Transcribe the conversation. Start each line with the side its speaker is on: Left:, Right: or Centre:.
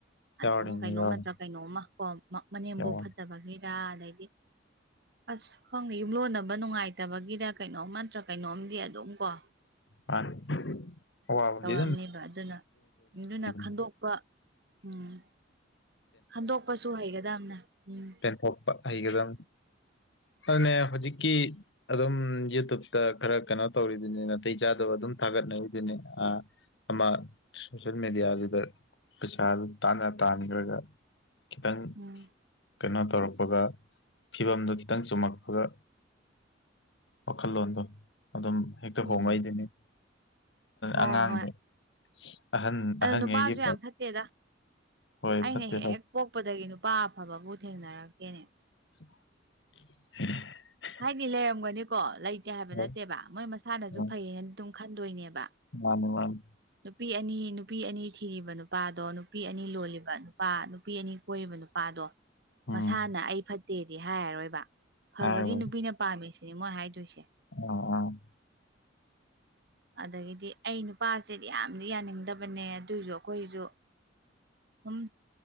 Left: ꯌꯥꯎꯔꯤꯅꯤ
Right: ꯑꯗꯨꯝ ꯀꯩꯅꯣꯝ
Left: ꯌꯥꯎꯔꯤꯅꯤ
Right: ꯅꯠꯇ꯭ꯔꯥ ꯀꯩꯅꯣꯝꯃ ꯀꯣ ꯃꯅꯦꯝꯕꯣꯛ
Left: ꯌꯥꯎꯔꯤꯅꯤ
Right: ꯐꯠꯇꯕꯒꯤꯔꯥ ꯑꯗꯩꯗꯤ ꯑꯁ ꯈꯪꯉꯦ ꯌꯨꯝꯂꯣꯟꯅꯕ ꯅꯨꯡꯉꯥꯏꯇꯕꯒꯤꯔ ꯀꯩꯅꯣꯝ ꯅꯠꯇ꯭ꯔ ꯀꯩꯅꯣꯝꯗꯤ ꯑꯗꯨꯝ ꯀꯣ
Left: <unintelligible> ꯑꯋꯥꯕꯗ
Right: ꯇꯧꯔꯝꯅꯦꯕ ꯑꯗꯨꯅ ꯑꯗꯨꯅ ꯈꯟꯗꯣꯛꯄ
Left: <unintelligible>
Right: ꯎꯝ ꯈꯟꯗꯣꯛꯄꯁꯨ ꯍꯩꯒꯗꯝꯕꯅꯦ ꯎꯝ
Left: ꯌꯦꯊꯣꯛꯄ ꯍꯩꯒꯗꯕꯅꯤ ꯑꯗꯨꯅꯦ ꯍꯧꯖꯤꯛꯀꯤ ꯑꯗꯨꯝ ꯌꯨꯇꯨꯕꯇ ꯈꯔ ꯀꯩꯅꯣ ꯇꯧꯔꯤꯗꯨꯅꯤ ꯅꯥꯇꯩ ꯆꯥꯗꯕ ꯑꯗꯨꯝ ꯊꯥꯒꯠꯅꯔꯤꯗꯨꯅꯤ ꯑ ꯑꯃ ꯁꯣꯁꯜ ꯃꯤꯗꯤꯌꯥꯗꯨꯗ ꯄꯩꯁꯥꯗꯨ ꯇꯥꯅ ꯇꯟꯈ꯭ꯔꯒ ꯈꯤꯇꯪ
Right: ꯎꯝ
Left: ꯀꯩꯅꯣ ꯇꯧꯔꯛꯄꯒ ꯐꯤꯕꯝꯗꯨ ꯈꯤꯇꯪ ꯆꯨꯝꯃꯛꯄꯒ ꯋꯥꯈꯜꯂꯣꯟꯗꯣ ꯑꯗꯨꯝ ꯍꯦꯛꯇ
Right: ꯎꯝ
Left: ꯍꯣꯡꯉꯩꯗꯨꯅꯤ
Right: ꯍꯣꯏ
Left: ꯑꯉꯥꯡꯗ
Right: ꯍꯣꯏ
Left: ꯑꯍꯟ
Right: ꯑꯗꯣ
Left: ꯑꯍꯟꯉꯩꯒꯤ
Right: ꯅꯨꯄꯥꯁꯨ ꯌꯥꯝ ꯐꯠꯇꯦꯗ
Left: ꯍꯣꯏ
Right: ꯑꯩꯅ
Left: ꯐꯠꯇꯦ
Right: ꯍꯦꯛ
Left: ꯐꯦ
Right: ꯄꯣꯛꯄꯗꯒꯤ ꯅꯨꯄꯥ ꯑꯐꯕꯕꯨ ꯊꯦꯡꯅꯔꯛꯀꯦꯅꯦ
Left: <unintelligible>
Right: ꯍꯥꯏꯗꯤ ꯂꯩꯔꯝꯒꯅꯤꯀꯣ ꯂꯩꯇꯦ ꯍꯥꯏꯕ
Left: ꯍꯣꯏ
Right: ꯅꯠꯇꯦꯕ ꯃꯣꯏ ꯃꯁꯥꯅꯁꯨ
Left: ꯍꯣꯏ
Right: ꯐꯩꯌꯦꯅ ꯑꯗꯨꯝ ꯈꯟꯗꯣꯏꯅꯦꯕ
Left: ꯃꯥꯅꯤ ꯃꯥꯅꯤ
Right: ꯅꯨꯄꯤ ꯑꯅꯤ ꯅꯨꯄꯤ ꯑꯅꯤ ꯊꯤꯔꯤꯕ ꯅꯨꯄꯥꯗꯣ ꯅꯨꯄꯤ ꯑꯅꯤ ꯂꯣꯜꯂꯤꯕ ꯅꯨꯄꯥ ꯅꯨꯄꯤ ꯑꯅꯤ ꯀꯣꯏꯔꯤꯕꯅꯨ ꯅꯨꯄꯥꯗꯣ
Left: ꯎꯝ
Right: ꯃꯁꯥꯅ ꯑꯩ ꯐꯠꯇꯦꯗꯤ ꯍꯥꯏꯔꯔꯣꯏꯕ ꯐꯕꯒꯤ
Left: ꯍꯥꯏꯔꯣꯏ
Right: ꯅꯨ <unintelligible> ꯄꯥꯝꯃꯤꯁꯤꯅꯦ ꯃꯣꯏ ꯍꯥꯏꯗꯣꯏꯁꯦ
Left: <unintelligible>
Right: <inaudible> ꯑꯗꯒꯤꯗꯤ ꯑꯩ ꯅꯨꯄꯥꯁꯦ ꯌꯥꯝꯗꯤ ꯌꯥꯅꯤꯡꯗꯕꯅꯦ ꯑꯗꯨꯏꯁꯨ ꯑꯩꯈꯣꯏꯁꯨ ꯎꯝ